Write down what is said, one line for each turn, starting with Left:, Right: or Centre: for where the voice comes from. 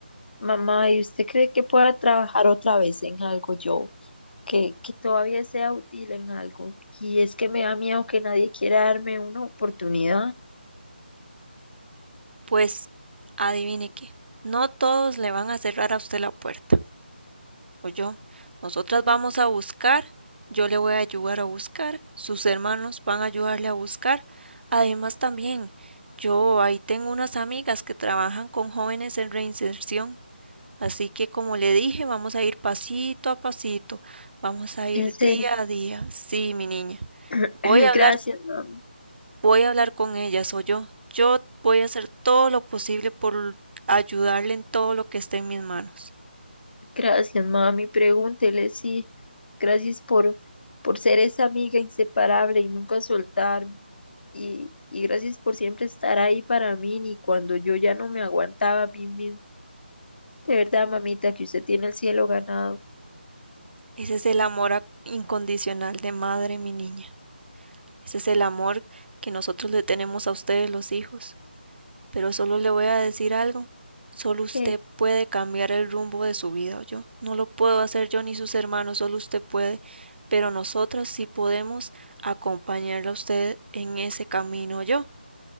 Left: Mamá, ¿y usted cree que pueda trabajar otra vez en algo yo? Que, que todavía sea útil en algo. Y es que me da miedo que nadie quiera darme una oportunidad.
Right: Pues, adivine qué, no todos le van a cerrar a usted la puerta. oyó, nosotras vamos a buscar, yo le voy a ayudar a buscar, sus hermanos van a ayudarle a buscar. Además también, yo ahí tengo unas amigas que trabajan con jóvenes en reinserción, así que como le dije, vamos a ir pasito a pasito, vamos a ir
Left: En serio.
Right: día a día. Sí, mi niña,
Left: <clears throat>
Right: voy
Left: <laughs>
Right: a
Left: Gracias,
Right: hablar,
Left: mami.
Right: voy a hablar con ellas, oyó, yo voy a hacer todo lo posible por ayudarle en todo lo que esté en mis manos.
Left: Gracias, mami. Pregúntele, sí. Gracias por, por ser esa amiga inseparable y nunca soltarme. Y, y gracias por siempre estar ahí para mí, ni cuando yo ya no me aguantaba a mí misma. De verdad, mamita, que usted tiene el cielo ganado.
Right: Ese es el amor ac- incondicional de madre, mi niña. Ese es el amor que nosotros le tenemos a ustedes los hijos. Pero solo le voy a decir algo. Solo usted
Left: ¿Qué?
Right: puede cambiar el rumbo de su vida, yo. No lo puedo hacer yo ni sus hermanos, solo usted puede. Pero nosotras sí podemos acompañarla a usted en ese camino, yo.